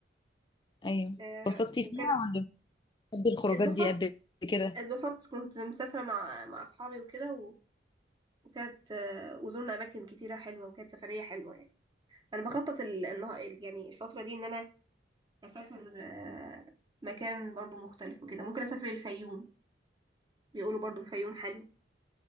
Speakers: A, on the left; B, on the right.
A: ايوه
B: آه
A: اتبسطتي
B: وكان
A: فيها ولا بتحبي الخروجات
B: اتبسطت
A: دي قد كده
B: اتبسطت كنت مسافره مع مع اصحابي وكده و... وكانت آه، وزورنا اماكن كتيره حلوه وكانت سفريه حلوه يعني انا بخطط ال... النها- ال- يعني الفتره دي ان انا اسافر آه، مكان برضو مختلف وكده ممكن اسافر الفيوم بيقولوا برضو الفيوم حلو